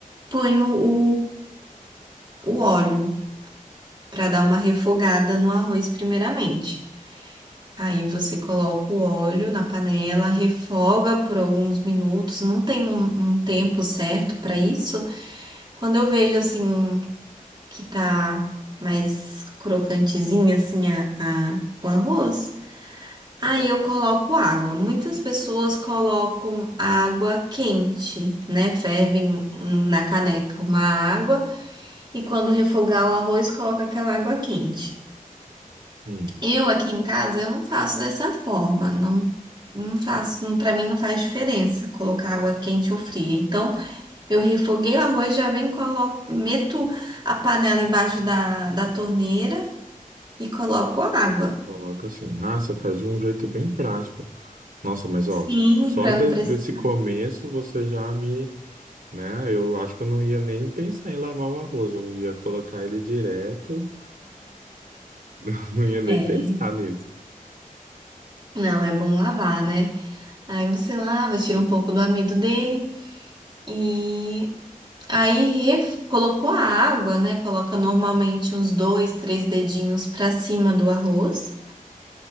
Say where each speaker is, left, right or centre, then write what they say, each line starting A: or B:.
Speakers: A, on the right (about 30°); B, on the right (about 80°).
A: ponho o o óleo. para dar uma refogada no arroz primeiramente. Aí você coloca o óleo na panela, refoga por alguns minutos, não tem um, um tempo certo para isso. Quando eu vejo assim um que tá mais crocantezinha assim a, a- o arroz, aí eu coloco água. Muitas pessoas colocam água quente, né? Fervem hum, na caneca uma água e quando refogar o arroz, coloca aquela água quente.
B: Sim,
A: Eu aqui em casa eu não faço dessa forma, não, não faço, não, para mim não faz diferença colocar água quente ou fria. Então eu refoguei o arroz, já venho e coloco, meto a panela embaixo da, da torneira e coloco a água.
B: coloca assim. Ah, você faz de um jeito bem prático. Nossa, mas
A: Sim,
B: ó, só
A: para
B: de-
A: não precisar.
B: desse começo você já me, né? Eu acho que eu não ia nem pensar em lavar o arroz. Eu ia colocar ele direto, <laughs> não ia nem
A: É,
B: pensar nisso.
A: não, é bom lavar, né? Aí você lava, tira um pouco do amido dele e aí ref- colocou a água, né? Coloca normalmente uns dois, três dedinhos para cima do arroz.